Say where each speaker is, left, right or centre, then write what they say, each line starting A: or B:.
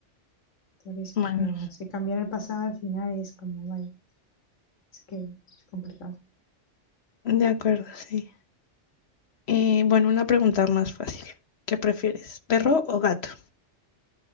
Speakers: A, on the left; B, on the left.
A: Por eso,
B: Bueno,
A: porque no sé, cambiar el pasado al final es como, vaya, es que es complicado.
B: de acuerdo, sí. Eh, bueno, una pregunta más fácil. ¿Qué prefieres, perro
A: ¿Vale?
B: o gato?